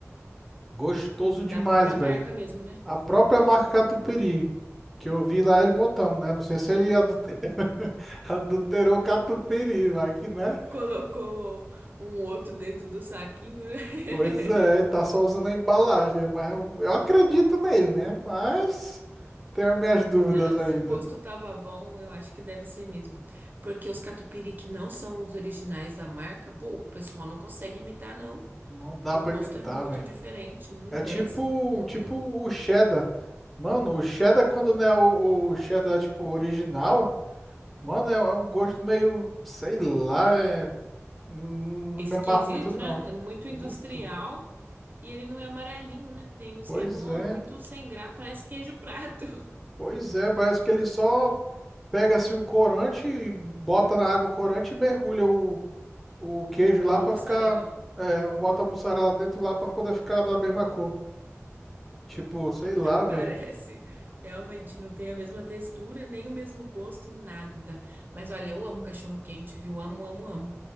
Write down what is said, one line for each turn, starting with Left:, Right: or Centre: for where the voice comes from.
Centre: Gostoso demais,
Right: Da própria
Centre: velho.
Right: marca mesmo, né?
Centre: A própria marca catupiry, que eu vi lá ele botando, né? Não sei se ele adulter- <laughs> adulterou o catupiry, vai que, né?
Right: Colocou um outro dentro do saquinho, né? <laughs>
Centre: Pois é, tá só usando a embalagem, mas eu, eu acredito nele, né? Mas tenho minhas dúvidas
Right: Ah, não.
Centre: ainda.
Right: Se o gosto tava bom, eu acho que deve ser mesmo. Porque os catupiry que não são os originais da marca, pô, o pessoal não consegue imitar, não.
Centre: Não dá
Right: O
Centre: pra
Right: gosto
Centre: imitar,
Right: é muito
Centre: velho.
Right: diferente, não
Centre: É tipo,
Right: desce. Uh-uh.
Centre: tipo o cheddar. Mano, o cheddar quando não é o, o cheddar, tipo, original... Mano, é, é um gosto meio, sei lá, é, não, não
Right: Esquisito,
Centre: me amarro muito não.
Right: né? É Muito
Centre: Muito?
Right: industrial. E ele não é amarelinho, né? Tem uns
Centre: Pois
Right: que é mó,
Centre: é,
Right: muito sem graça. Parece queijo prato.
Centre: pois é, parece que ele só pega assim um corante, e bota na água o corante e mergulha o, o queijo lá
Right: <laughs>
Centre: pra
Right: A mussarela.
Centre: ficar, é, bota a mussarela dentro lá pra poder ficar da mesma cor. Tipo, sei lá, velho.
Right: Parece. Realmente não tem a mesma textura, nem o mesmo gosto, nada. Mas olha, eu amo cachorro quente, viu? Amo, amo, amo.